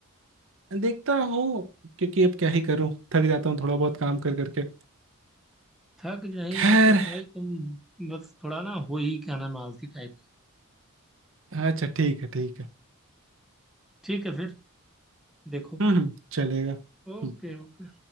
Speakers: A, on the right; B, in the centre.
A: देखता हूँ क्योंकि अब क्या ही करूँ थक जाता हूँ थोड़ा बहुत काम कर करके
B: थक नहीं
A: खैर
B: जाते हो भाई तुम बस थोड़ा ना हो ही क्या नाम आलसी टाइप
A: अच्छा ठीक है ठीक है
B: ठीक है फिर देखो
A: हम्म हम्म, चलेगा
B: Okay
A: हम्म।
B: okay